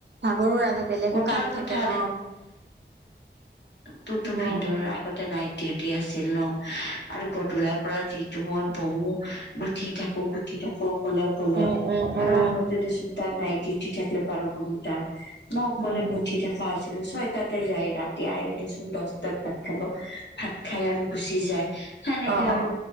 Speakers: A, on the right; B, on the left.
A: ভাগৰো
B: নহয়
A: লাগে বেলেগো
B: কথাৰ
A: কাম থাকে
B: কথা
A: ন।
B: টটো
A: অ
B: ভিনডৰ আক আতে নাইট ডিউটি আছিল ন আৰু গধূলাৰ পৰা যিটো মই বহু গুঠি থাকো - গুঠি থাকো অকলে-অকলে
A: উম উম উম
B: আৰু আগতে দিছো তাৰ নাইট ডিউটি থাকিল বাৰ ঘণ্টা নকলে
A: উম
B: গঠি থাকা আছিল ছয়টাতে যায় ৰাত এতিয়া আহ দেচোন দহটাত ভাত খাব ভাত খাই আৰু গুচি যায়। সেনেকে
A: অ
B: আৰু
A: অ